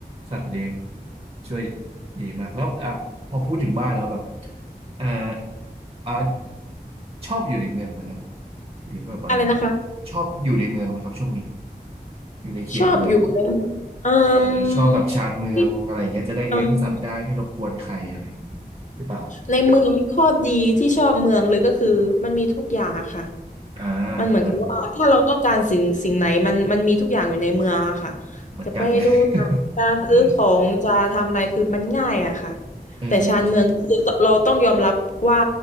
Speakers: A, on the right (about 40°); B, on the left (about 50°).
A: สัตว์เลี้ยง ช่วยดีมากแล้วอ่ะพอพูดถึงบ้านแล้วแบบอ่าอ่าชอบอยู่ในเมืองไหมครับหรือแบบอะไรอย่างนี้ชอบอยู่ในเมืองไหมครับช่วงนี้
B: อะไรนะคะ
A: อยู่ในเขตเมือง
B: ชอบอยู่ในเอ่ม
A: หรือชอบแบบชานเมืองอะไรอย่างเงี้ยจะได้เลี้ยงสัตว์ได้ไม่รบกวนใครอะไรอย่างนี้หรือเปล่า
B: ที่เอ่อ ในเมืองข้อดีที่ชอบเมืองเลยก็คือมันมีทุกอย่างอะค่ะ
A: อ่า
B: มันเหมือนกับว่าถ้าเราต้องการสิ่งสิ่งไหนมันมันมีทุกอย่างอยู่ในเมืองอะค่ะ
A: เหมือนเหมือนกันเลย
B: จะไปดูหนังจะซื้อของจะทำอะไรคือมันง่ายอะค่ะ
A: <laughs> เออ
B: แต่ชานเมืองก็คือเราต้องยอมรับว่า